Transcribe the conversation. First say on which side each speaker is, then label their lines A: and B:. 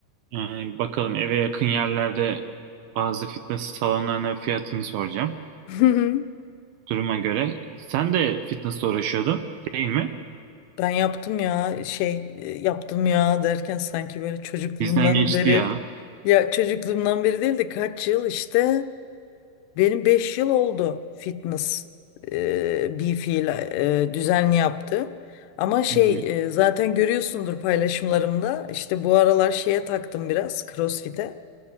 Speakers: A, on the right (about 75°); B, on the left (about 85°).
A: Yani bakalım eve yakın yerlerde bazı fitness salonlarına fiyatını soracağım.
B: hı. <laughs>
A: Duruma göre. Sen de fitness'la uğraşıyordun değil mi?
B: Ben yaptım ya şey e, yaptım ya derken sanki böyle çocukluğumdan
A: Bizden geçti
B: beri
A: ya.
B: ya çocukluğumdan beri değil de kaç yıl işte benim 5 yıl oldu fitness e, bir fiil e, düzenli yaptım. Ama şey
A: <laughs>
B: e, zaten görüyorsundur paylaşımlarımda işte bu aralar şeye taktım biraz CrossFit'e.